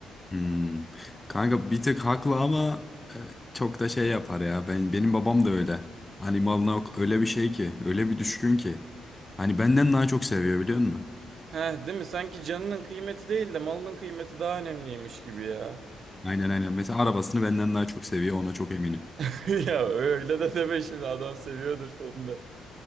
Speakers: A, on the left; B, on the right.
A: Hmm. Kanka bir tık haklı ama e, çok da şey yapar ya. Ben benim babam da öyle. Hani malına ok- öyle bir şey ki, öyle bir düşkün ki. Hani benden daha çok seviyor biliyor musun?
B: Heh değil mi? Sanki canının kıymeti değil de malının kıymeti daha önemliymiş gibi ya.
A: Aynen aynen. Mesela arabasını benden daha çok seviyor ona çok eminim.
B: <laughs> Ya öyle de deme şimdi adam seviyordur seni de.